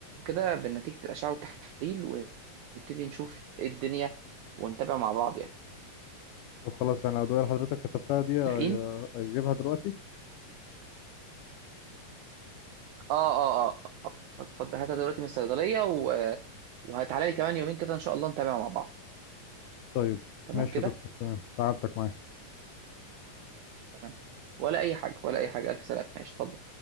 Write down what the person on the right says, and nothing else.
كده بنتيجة الأشعة والتحاليل ونبتدي نشوف إيه الدنيا ونتابع مع بعض يعني
متفقين؟
آه آه آه اتفضل هاتها دلوقتي من الصيدلية و... وهتعالى لي كمان يومين كده إن شاء الله نتابع مع بعض
تمام
كده؟
تمام ولا أي حاجة ولا أي حاجة ألف سلامة ماشي اتفضل